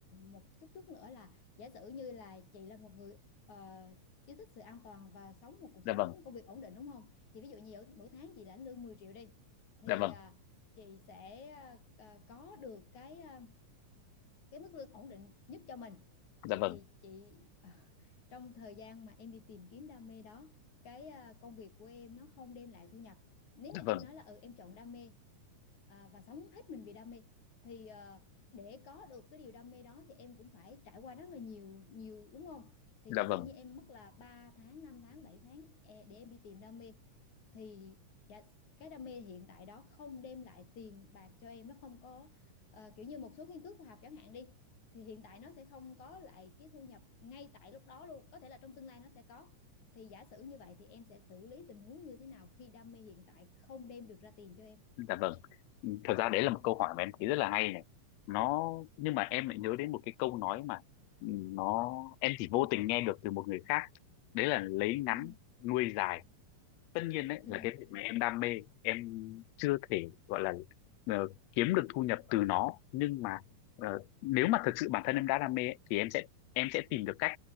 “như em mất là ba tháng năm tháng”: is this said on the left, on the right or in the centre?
Left